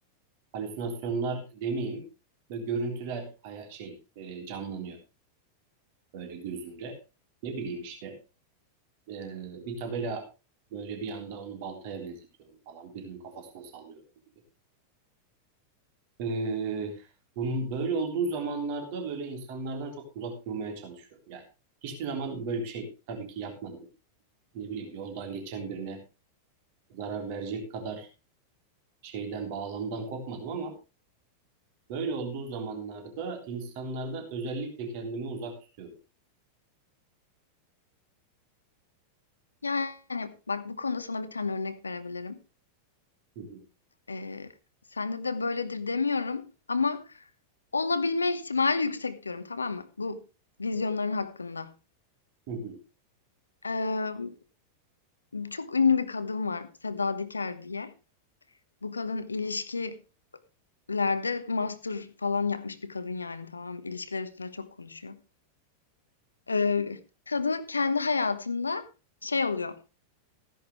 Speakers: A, on the right; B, on the left.
A: halüsinasyonlar demeyeyim ve görüntüler haya- şey e, canlanıyor böyle gözümde. Ne bileyim işte e, bir tabela böyle bir anda onu baltaya benzetiyorum falan birinin kafasına sallıyorum gibi. E, bunun böyle olduğu zamanlarda böyle insanlardan çok uzak durmaya çalışıyorum. Yani hiçbir zaman böyle bir şey tabii ki yapmadım. Ne bileyim yoldan geçen birine zarar verecek kadar şeyden bağlamdan kopmadım ama böyle olduğu zamanlarda insanlardan özellikle kendimi uzak tutuyorum.
B: Yani bak bu konuda sana bir tane örnek verebilirim.
A: Hı hı,
B: Eee, sende de böyledir demiyorum ama olabilme ihtimali yüksek diyorum, tamam mı? Bu vizyonların hakkında.
A: hı hı,
B: Emm, çok ünlü bir kadın var Seda Diker diye. Bu kadın ilişki lerde master falan yapmış bir kadın yani tamam ilişkiler üstüne çok konuşuyor. Ee, kadın kendi hayatında şey oluyor.